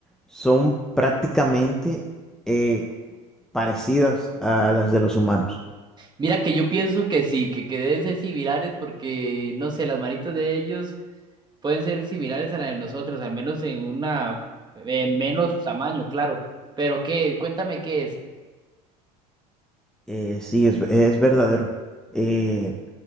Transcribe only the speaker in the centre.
son prácticamente eh, parecidas a las de los humanos.
Eh, sí, es, es verdadero. Eh,